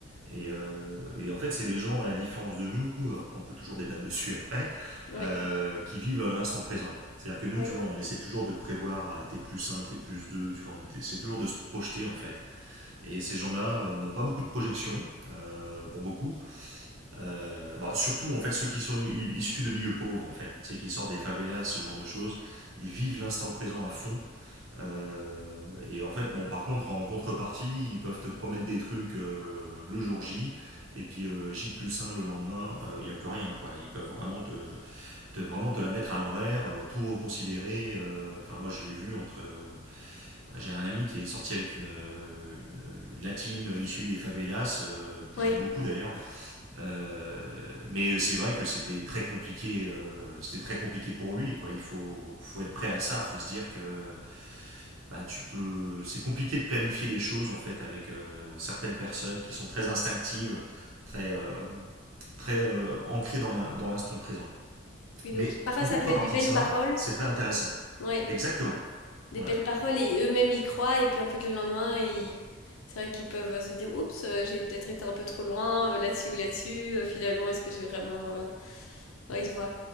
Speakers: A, on the right (about 85°); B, on the left (about 85°).
A: Et, euh, et, en fait, c'est des gens, à la différence de nous, alors qu'on peut toujours débattre dessus après,
B: Oui,
A: euh, qui vivent l'instant présent. C'est-à-dire que nous,
B: oui,
A: tu vois, on essaie toujours de prévoir à T plus un, T plus 2. tu vois, on essaie toujours de se projeter en fait. Et ces gens-là euh, n'ont pas beaucoup de projections, euh, pour beaucoup. Euh, bah, surtout en fait ceux qui sont issus de milieux pauvres en fait, tu sais, qui sortent des favelas, ce genre de choses, ils vivent l'instant présent à fond. Euh, et en fait, bon, par contre, en contrepartie, ils peuvent te promettre des trucs euh, le jour J, et puis euh, J plus un le lendemain, il euh, n'y a plus rien, quoi. Ils peuvent vraiment te, te- vraiment te la mettre à l'envers, euh, tout reconsidérer. euh, Enfin, moi, je l'ai vu entre. euh, bah, J'ai un ami qui est sorti avec une, euh, une, une latine issue des favelas, euh, que
B: oui.
A: j'aime beaucoup d'ailleurs. Euh, mais c'est vrai que c'était très compliqué, euh, c'était très compliqué pour lui, quoi. Il faut, faut être prêt à ça. Il Faut se dire que bah, tu peux, c'est compliqué de planifier les choses en fait avec euh, certaines personnes qui sont très instinctives, très, euh, très euh, ancrées dans l'in- dans l'instant présent.
B: Oui,
A: Mais
B: donc parfois
A: en
B: ça
A: contrepartie
B: peut être des belles
A: de ça,
B: paroles.
A: c'est très intéressant.
B: Oui,
A: Exactement.
B: des
A: Ouais.
B: belles paroles et eux-mêmes y croient. Et puis en fait le lendemain, ils... c'est vrai qu'ils peuvent se dire, oups, euh, j'ai peut-être été un peu trop loin euh, là-dessus ou là-dessus. Euh, finalement, est-ce que j'ai vraiment... euh, Oui, je vois.